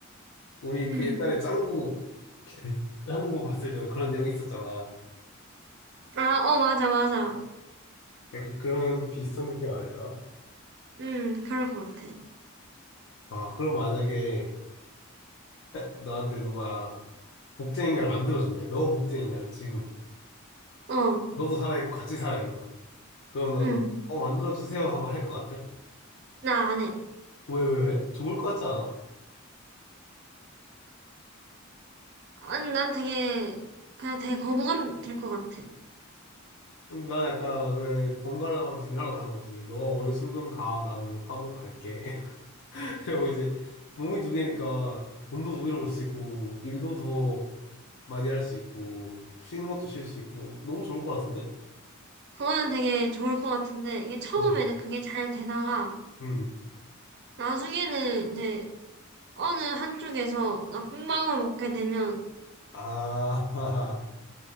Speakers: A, on the left; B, on the right.
A: 우리 그
B: 응.
A: 옛날에 짱구 짱구 봤을 때도 그런 내용이 있었잖아.
B: 아, 어, 맞아, 맞아.
A: 약간 그런 비슷한 느낌 아닐까?
B: 응, 그럴 것 같아.
A: 아, 그럼 만약에 너한테 누가 복제인간을 만들어준대. 너 복제인간을 지금.
B: 어,
A: 너도 살아있고 같이 살아있는 거야. 그럼 너는,
B: 응.
A: 어, 만들어주세요 하고 할 것 같아?
B: 나 안 해.
A: 왜, 왜, 왜? 좋을 것 같지 않아?
B: 아니, 난 되게, 그냥 되게 거부감 들 것 같아.
A: 음, 난 약간 왜 번갈아 가면서 일하러 가는 거지. 너가 월, 수, 금 가. 나는 화목 갈게. <laughs> 이러고 이제 몸이 두 개니까 돈도 두 배로 벌 수 있고, 일도 더 많이 할 수 있고, 쉬는 것도 쉴 수 있고, 너무 좋을 것 같은데?
B: 그거는 되게 좋을 것 같은데, 이게 처음에는
A: 응.
B: 그게 잘 되다가,
A: 음.
B: 나중에는 이제 어느 한쪽에서 나쁜 마음을 먹게 되면,
A: 아, <laughs>